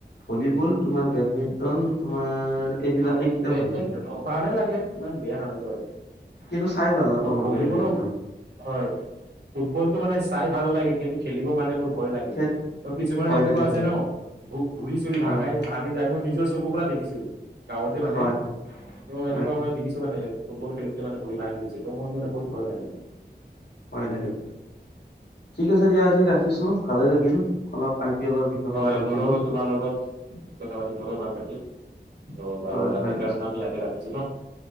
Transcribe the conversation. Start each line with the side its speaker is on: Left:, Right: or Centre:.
Left: ভলীবল, তোমাৰ বেডমিন্টন, তোমাৰ, এইবিলাক
Right: অ'!
Left: এইকেইটা
Right: বেডমিণ্টনো
Left: ভাল লাগে
Right: ভালে লাগে, ইমান বেয়া নালাগে বাৰু।
Left: কিন্তু চাই ভাল নাপাওঁ মই
Right: ভলীবলো,
Left: বেডমিন্টন
Right: হয়! ফুটবলটো মানে, চাই ভাল লাগে! কিন্তু, খেলিব মানে, মোৰ ভয় লাগে!
Left: খে
Right: ত' কিছুমান
Left: ভয়
Right: এনেকুৱা
Left: লাগে
Right: আছে
Left: হয়
Right: ন'! ভৰি-চৰি
Left: হয়
Right: ভাঙাই ভাঙি যায়, মই নিজৰ চকুৰ পৰা দেখিছোঁ, গাঁৱতে মানে।
Left: হয় হয়
Right: ত' এনেকুৱা
Left: হয়
Right: মই দেখিছোঁ মানে। ফুটবল খেলোতে মানে, ভৰি ভাঙি গৈছে। ত' মোৰ মানে, বহুত ভয় লাগে!
Left: হয়, লাগে। ঠিক আছে দিয়া, আজি ৰাখিছোঁ, ভালে লাগিল। অলপ পি এলৰ বিষয়ে
Right: হয়,
Left: কথা পাতিলো
Right: মোৰো তোমাৰ লগত, কথা পাতি, মোৰো ভাল লাগিল। অ', বাৰু
Left: হয়
Right: আজিৰ
Left: হয়
Right: কাৰণে আমি ইয়াতে ৰাখিছো ন'।